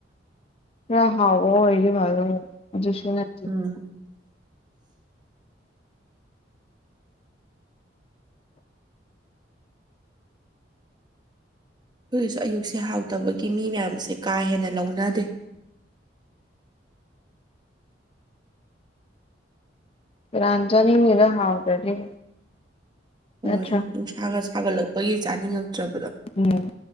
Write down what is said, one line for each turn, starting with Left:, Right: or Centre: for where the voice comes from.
Left: ꯈꯔ ꯍꯥꯎꯕ ꯑꯣꯏꯔꯗꯤ ꯐꯗꯧꯕ ꯑꯗꯨꯁꯨ ꯅꯠꯇꯦ
Right: ꯎꯝ ꯑꯩꯈꯣꯏꯒꯤꯁꯨ ꯑꯌꯨꯛꯁꯦ ꯍꯥꯎꯇꯕꯒꯤ ꯃꯤ ꯃꯌꯥꯝꯁꯦ ꯀꯥ ꯍꯦꯟꯅ ꯂꯧꯅꯗꯦ
Left: ꯀꯅꯥꯟ ꯆꯥꯅꯤꯡꯗꯣꯏꯅꯣ ꯍꯥꯎꯇ꯭ꯔꯗꯤ ꯅꯠꯇ꯭ꯔꯥ
Right: ꯍꯣꯏ ꯅꯨꯡꯁꯥꯒ ꯁꯥꯒꯠꯂꯛꯄꯒꯤ ꯆꯥꯅꯤꯡꯉꯛꯇ꯭ꯔꯕꯗꯣ
Left: ꯎꯝ